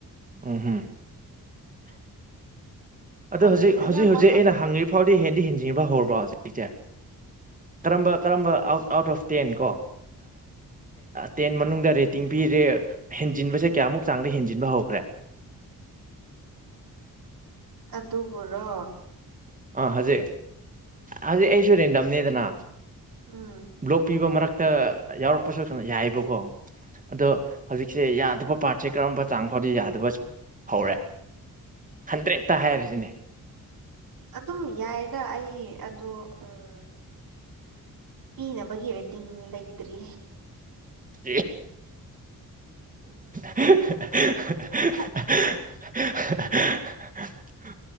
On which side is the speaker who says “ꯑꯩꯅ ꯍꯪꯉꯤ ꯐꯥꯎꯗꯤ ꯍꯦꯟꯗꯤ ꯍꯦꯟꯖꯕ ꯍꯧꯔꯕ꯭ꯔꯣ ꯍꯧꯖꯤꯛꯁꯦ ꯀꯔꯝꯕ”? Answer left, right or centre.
Right